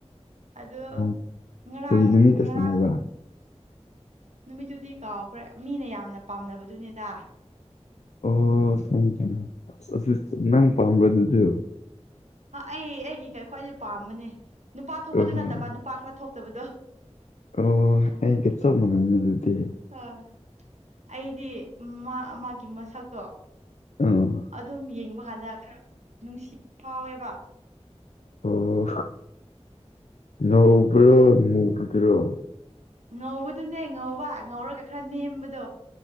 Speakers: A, on the right; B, on the left.
A: ꯑꯗꯣ
B: ꯑꯣ
A: ꯉꯔꯥꯡ
B: ꯀꯔꯤ ꯅꯨꯃꯤꯠꯇ
A: ꯉꯔꯥꯡ
B: ꯁꯥꯟꯅꯕ꯭ꯔꯥ
A: ꯅꯨꯃꯤꯠꯇꯨꯗꯤ ꯀꯥꯎꯈ꯭ꯔꯦ ꯃꯤꯅ ꯌꯥꯝꯅ ꯄꯥꯝꯅꯕꯗꯨꯅꯦꯗ꯫
B: ꯑꯣ ꯈꯪꯉꯦ ꯈꯪꯉꯦ ꯑꯗꯨ ꯅꯪ ꯄꯥꯝꯕꯗꯨꯗꯤ꯫
A: ꯑꯩ ꯑꯩꯒꯤ ꯈ꯭ꯋꯥꯏꯗꯒꯤ ꯄꯥꯝꯕꯅꯦ ꯅꯨꯄꯥ ꯊꯣꯛꯄꯗꯨ
B: ꯑꯣ ꯍꯣꯏ
A: ꯅꯠꯇꯕ ꯅꯨꯄꯥ ꯈꯔ ꯊꯣꯛꯇꯕꯗꯣ꯫
B: ꯑꯣ ꯑꯩꯒꯤ ꯆꯞ ꯃꯅꯩ ꯑꯗꯨꯗꯤ꯫
A: ꯍꯣꯏ ꯑꯩꯗꯤ ꯃꯥ ꯃꯥꯒꯤ ꯃꯁꯛꯇꯣ꯫
B: ꯑꯥ
A: ꯑꯗꯨꯝ ꯌꯦꯡꯕ ꯀꯥꯟꯗ ꯈꯔ ꯅꯨꯡꯁꯤꯕ ꯐꯥꯎꯋꯦꯕ꯫
B: ꯑꯣ ꯅ ꯉꯧꯕ꯭ꯔꯣ ꯃꯨꯕꯗ꯭ꯨꯔꯣ꯫
A: ꯉꯧꯕꯗꯨꯅꯦ ꯉꯧꯕ ꯉꯧꯔꯒ ꯈꯔ ꯅꯦꯝꯕꯗꯣ꯫